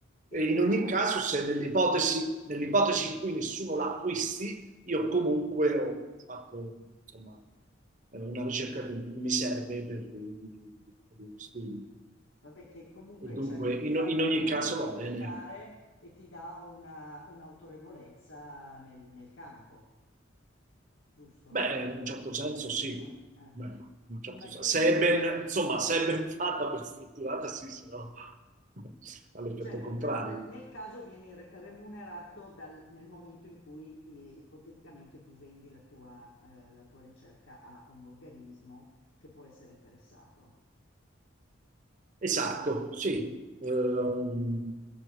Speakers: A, on the right; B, on the left.
A: E
B: E in quel
A: in ogni
B: caso,
A: caso, se nell'ipotesi nell'ipotesi in cui nessuno l'acquisti, io comunque ho fatto, insomma, eh, una ricerca che mi serve per, per lo studio.
B: vabbè, che comunque
A: E dunque,
B: cerchi
A: in,
B: di farla
A: in ogni
B: comunque
A: caso
B: pubblicare
A: va bene.
B: e ti dà una, un'autorevolezza nel, nel campo, giusto?
A: Beh, in un
B: Cioè
A: certo
B: la pubblicazione.
A: senso sì.
B: eh.
A: Beh, in un certo
B: Ma
A: sen-
B: quindi
A: se
B: però,
A: è ben,
B: eh,
A: insomma, se è ben fatta, ben strutturata, sì, se no <laughs> ha l'effetto
B: certo,
A: contrario.
B: però nel, nel caso vieni re- remunerato dal- nel momento in cui eh, ipoteticamente tu vendi la tua, eh, la tua ricerca a un organismo che può essere interessato.
A: Esatto, sì. Ehm,